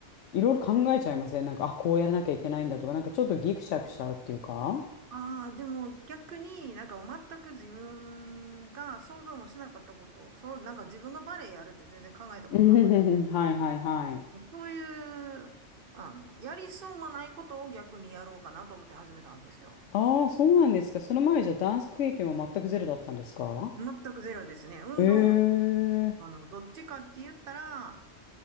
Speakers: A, on the left (about 85°); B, on the right (about 55°).
A: いろいろ考えちゃいません。なんか、あ、こうやらなきゃいけないんだとか、なんかちょっとギクシャクしちゃうっていうか。<laughs>
B: ああ、でも逆になんか全く自分が想像もしなかったこと、そう、なんか自分がバレエやるって全然考えたことなかったんです
A: うんうんうんうんはいはいはい。
B: けど、そういう、あの、やりそうもないことを逆にやろうかなと思って始めたんですよ。
A: ああ、そうなんですか。その前じゃダンス経験は全くゼロだったんですか
B: 全くゼロですね。運動も、
A: ええ
B: あの、どっちかって言ったら